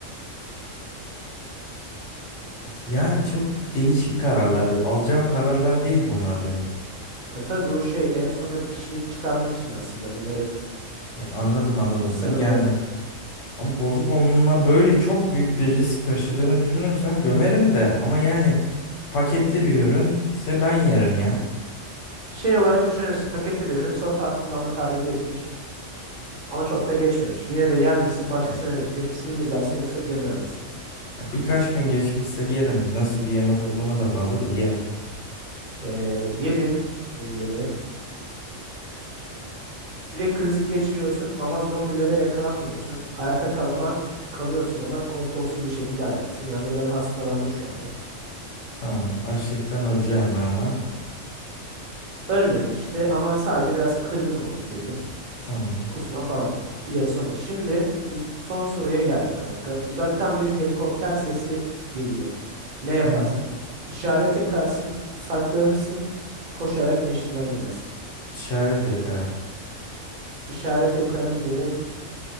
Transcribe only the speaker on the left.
Yani çok değişik kararları alacağım kararlar değil bunlar benim.
Ya Anladım anladım.
Yani Ama bozuk onunla böyle çok büyük bir risk taşıdığını düşünürsem gömerim de ama yani paketli bir ürünse ben yerim ya.
Ya-
ya Birkaç gün geçmişse yerim. Nasıl bir yemek olduğuna da bağlı da yerim.
Tamam. Açlıktan öleceğim
ama.
Tamam.
Tamam.
İşaret yakarım.